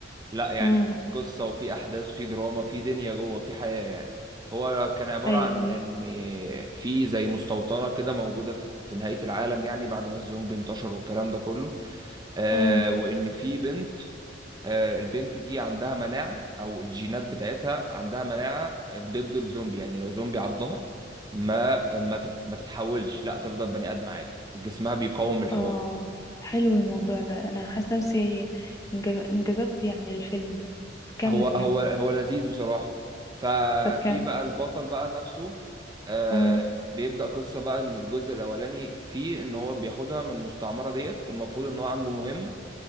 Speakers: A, on the right; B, on the left.
A: لا يعني
B: امم
A: في قصة وفي أحداث في دراما في دنيا جوه في حياة يعني هو كان عبارة
B: ايوه
A: عن
B: ايوه
A: إن في زي مستوطنة كده موجودة في في نهاية العالم يعني بعد ما الزومبي انتشر والكلام ده كله آه
B: امم
A: وإن في بنت آه البنت دي عندها مناعة أو الجينات بتاعتها عندها مناعة ضد الزومبي يعني لو زومبي عضها ما ما تت- ما تتحولش لا تفضل بني آدم عادي وجسمها بيقاوم الحوار
B: اه حلو الموضوع ده انا حاسه نفسي انجب- انجذبت يعني الفيلم ده كمل
A: هو
B: كمل
A: هو هو لذيذ بصراحة ففي
B: طب كمل
A: بقى البطل بقى نفسه آه
B: امم
A: بيبدأ قصة بقى ان الجزء الاولاني فيه ان هو بياخدها من المستعمرة ديت المفروض ان هو عنده مهمة